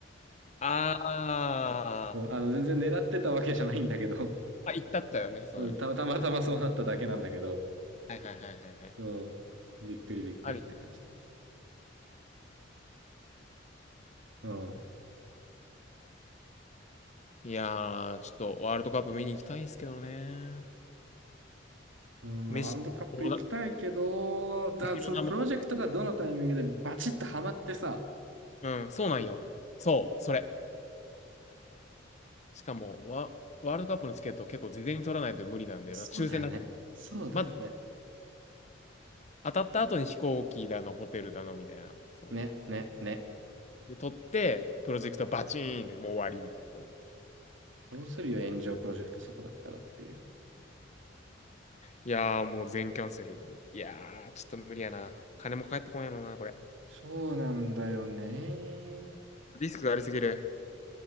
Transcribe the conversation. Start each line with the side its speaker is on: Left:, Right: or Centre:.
Left: ああ、
Right: で。あの、全然狙ってたわけじゃないんだけど、
Left: まあ、行ったったよね、そうよね。
Right: そうたまたまたまそうなっただけなんだけど、
Left: はいはいはいはいはい。
Right: そう、びっくりびっくりって感じで。
Left: あり。
Right: うん。
Left: いやー、ちょっとワールドカップ見に行きたいですけどね。
Right: うん、
Left: 飯、
Right: ワールドカップ行きたいけど、
Left: おだ
Right: だ、
Left: 飯の名も。
Right: そのプロジェクトがどのタイミングでバチッとハマってさ、
Left: うん、そうなんよ。そう、それ。しかも、ワ、ワールドカップのチケット結構事前に取らないと無理なんで、
Right: そうだよね。
Left: まあ抽選だなっても
Right: そうだよね。
Left: まず、当たった後に飛行機だの、ホテルだの、みたいな。そう。
Right: ね、ね、ね。
Left: で、取って、プロジェクトバチーンでもう終わりみたいな。そう
Right: どうするよ、炎上プロジェクトそこだったらっていう。
Left: いやー、もう全キャンセル。いやー、ちょっと無理やな。金も返ってこんやろな、これ。
Right: そうなんだよね。
Left: リスクがありすぎる。